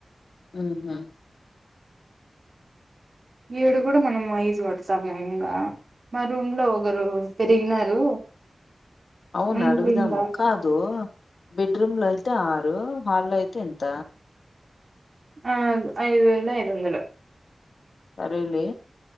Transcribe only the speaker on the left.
ఉహు
అవును
అడుగుదాము
కాదు బెడ్ రూమ్ లో అయితే ఆరు హాల్లో అయితే ఎంత
సరేలే